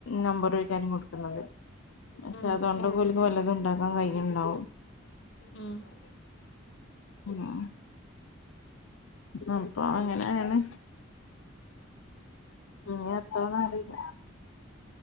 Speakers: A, on the left (about 80°); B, on the left (about 60°).
A: നമ്പറോ ചോദിക്കാനാവും കൊടുക്കുന്നത് പക്ഷെ
B: ഉം ഉം
A: അതൊണ്ട- വല്ലാതൊണ്ടാക്കാൻ കഴിയുന്നുണ്ടോ
B: ഉം ഉം ഉം
A: ആ അപ്പൊ അങ്ങനെയാണ് ഇനി എതോന്നറീല്ല